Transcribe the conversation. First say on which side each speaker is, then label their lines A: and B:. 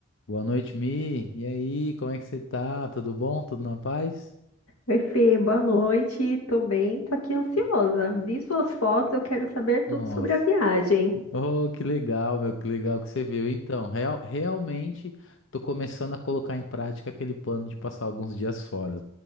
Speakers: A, on the left; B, on the left.
A: Boa noite, Mi. E aí, como é que você tá? Tudo bom? Tudo na paz?
B: Oi, Fê, boa noite. Tô bem, tô aqui ansiosa. Vi suas fotos, eu quero saber
A: Nossa,
B: tudo sobre a viagem.
A: Oh, que legal, meu, que legal que você viu. Então, real- realmente tô começando a colocar em prática aquele plano de passar alguns dias fora.